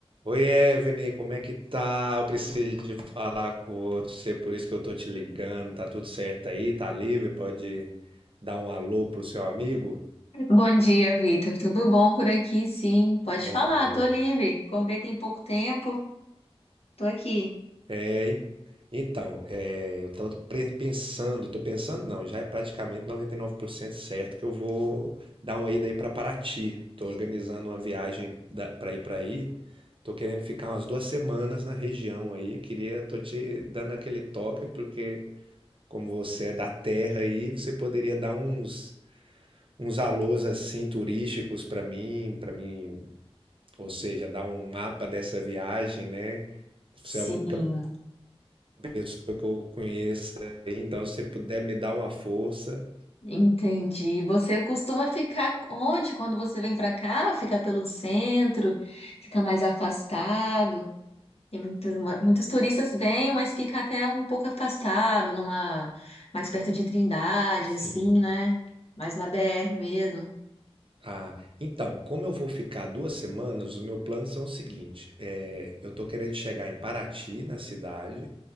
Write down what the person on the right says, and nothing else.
Oi, Evne, como é que tá? Eu preciso de falar com você, por isso que eu tô te ligando. Tá tudo certo aí? Tá livre? Pode dar um alô pro seu amigo?
Bom
dia.
É, en- então, é, eu tô pre- pensando, tô pensando não, já é praticamente 99% certo que eu vou dar uma ida aí pra Paraty. Tô organizando uma viagem da, pra ir pra aí. Tô querendo ficar umas duas semanas na região aí. Queria, tô te dando aquele toque porque como você é da terra aí, você poderia dar uns uns alôs assim turísticos para mim, para mim, ou seja, dar um mapa dessa viagem, né? Você
é a única pessoa que eu conheço, aí, então se você puder me dar uma força.
Sim.
Ah, então, como eu vou ficar duas semanas, os meus planos são o seguinte: é, eu tô querendo chegar em Paraty, na cidade,